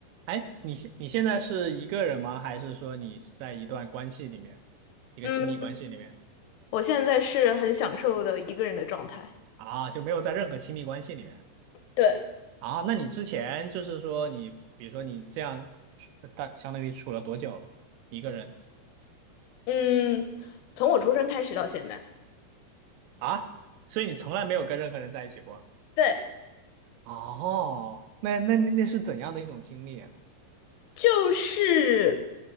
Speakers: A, on the right (about 90°); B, on the left (about 80°).
A: 哎，你现你现在是一个人吗？还是说你是在一段关系里面，一个亲密关系里面
B: 嗯，我现在是很享受的一个人的状态。
A: 啊？就没有在任何亲密关系里面
B: 对
A: 啊？那你之前就是说你，比如说你这样，大相当于处了多久了？一个人
B: 嗯，从我出生开始到现在，
A: 啊？所以你从来没有跟任何人在一起过？
B: 对，
A: 哦，那那那那是怎样的一种经历啊？
B: 就是